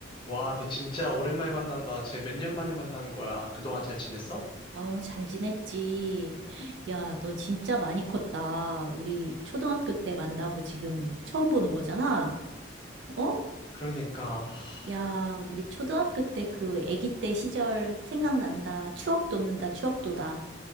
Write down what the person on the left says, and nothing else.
와, 너 진짜 오랜만에 만난다. 진짜 몇 년 만에 만나는 거야. 그동안 잘 지냈어?
그러니까, 하,